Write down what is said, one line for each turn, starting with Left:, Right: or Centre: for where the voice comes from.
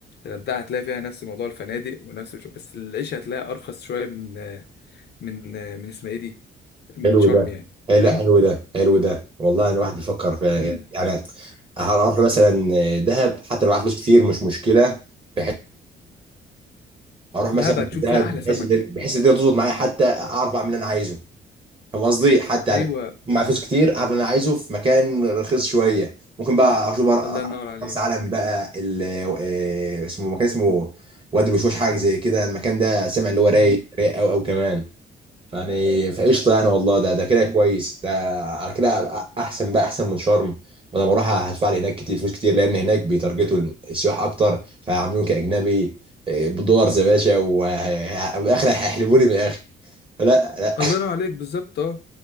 Left: الغردقه هتلاقي فيها نفس موضوع الفنادق ونفس الش- بس العيشه هتلاقي ارخص شويه من من من اسمها ايه دي من
Right: حلو
Left: شرم
Right: ده
Left: يعني
Right: إيه
Left: فاهم
Right: لا حلو ده حلو ده والله الواحد بيفكر في
Left: امم
Right: يعني هروح مثلا دهب حتى لو معايا فلوس كتير مش مشكلة بحيث- اروح مثلا
Left: دهب هتشوف
Right: دهب
Left: فيها احلى
Right: بحيث
Left: سمك
Right: بحيث الدنيا تظبط معايا حتى اعرف اعمل اللي انا عايزه فاهم قصدي حتى
Left: ايوه
Right: يعني معايا فلوس كتير اعرف إن انا عايزه في مكان رخيص شويه ممكن بقى اشوف بقى
Left: الله ينور عليك
Right: مرسى علم بقى ال- آه، اسمه مكان اسمه وادي الوشوش حاجه زي كده المكان ده سامع اللي هو رايق
Left: امم
Right: رايق قوي قوي كمان يعني فقشطه يعني والله ده ده كده كويس ده على كده أبقى احسن بقى احسن من شرم وانا بروح هدفع لي هناك كتير فلوس كتير لان هناك بيتارجتوا السياح اكتر فهيعاملوني كاجنبي آه، بالدولارز يا باشا وبالاخر هيحلبوني بالاخر فلا
Left: الله ينور عليك بالظبط اه